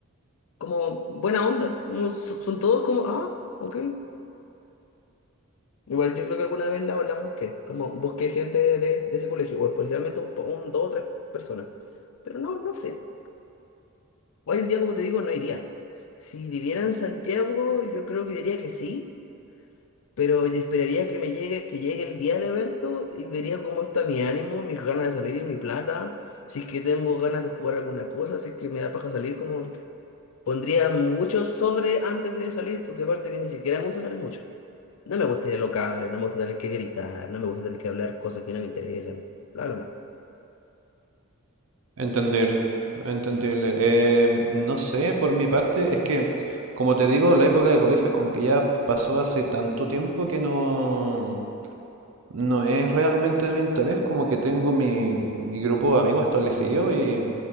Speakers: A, on the left; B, on the right.
A: como buena onda. Como so- son todos como, ah, ok. Igual yo creo que alguna vez la, las busqué. Como busqué gente de, de ese colegio. O especialmente un, po- un, dos o tres personas. Pero no, no sé. Hoy en día, como te digo, no iría. Si viviera en Santiago, yo creo que diría que sí. Pero yo esperaría que me llegue, que llegue el día del evento y vería cómo está mi ánimo, mis ganas de salir, mi plata, si es que tengo ganas de jugar alguna cosa, si es que me da paja salir, como pondría mucho sobre antes de salir, porque aparte que ni siquiera me gusta salir mucho. No me gusta ir a locales, no me gusta tener que gritar, no me gusta tener que hablar cosas que no me interesan, bla, bla, bla.
B: Entendible, entendible. Eh, no sé, por mi parte, es que, como te digo, la época de colegio como que ya pasó hace tanto tiempo que no... No es realmente de mi interés, como que tengo mi, mi grupo de amigos establecido y,